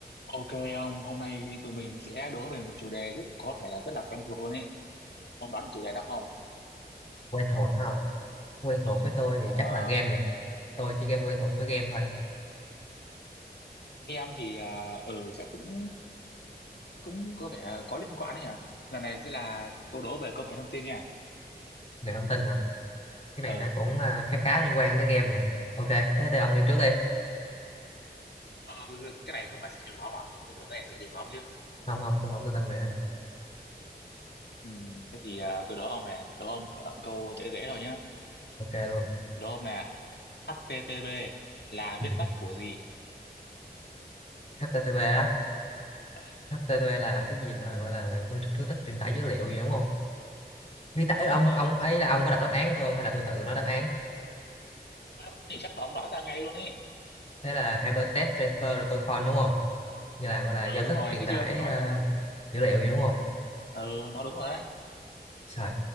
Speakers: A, on the left; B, on the left.
A: Ok ông, hôm nay tụi mình sẽ đố về một chủ đề rất có thể là rất là quen thuộc luôn ấy. Ông đoán được chủ đề nào không?
B: quen thuộc phải không quen
A: Ờ,
B: thuộc với tôi
A: chủ
B: thì
A: đề
B: chắc
A: Mà
B: là game nha tôi chỉ game quen thuộc với game thôi
A: em thì à, ừ chắc cũng cũng có vẻ có liên quan đấy nhỉ. Lần này sẽ là câu đố về công nghệ thông tin nha.
B: người không tin hả cái này
A: Ờ,
B: nó cũng à, khá khá liên quan tới game nha ok thế thì ông đi trước đi
A: ờ, cái này không phải sở trường của ông à? Tôi tưởng cái này sở trường của ông chứ.
B: không không tôi không tự tin về cái này
A: ừ, thế thì à, tôi đố ông này, đố ông khởi động câu dễ dễ thôi nhá.
B: ok luôn
A: Tôi đố ông này, HTTP là
B: ừ.
A: viết tắt của gì?
B: HTTP á
A: Ờ,
B: HTTP là cái gì mà gọi là phương thức thứ tức truyền tải dữ liệu gì đúng không viết
A: Ờ,
B: tắt ấy, ông
A: nhưng mà
B: ông ấy là ông có đọc đáp án cho tôi không hay là tôi tự nói đáp án
A: nói bạn thì chắc là ông đoán ra ngay luôn ấy.
B: thế là hypertext transfer protocol đúng không như là gọi là
A: Ừ
B: giao
A: đúng
B: thức
A: rồi,
B: truyền
A: thấy
B: tải
A: chưa? Tôi nói
B: ờ,
A: rồi mà.
B: dữ liệu gì đúng không
A: ừ nó đúng rồi đấy
B: trời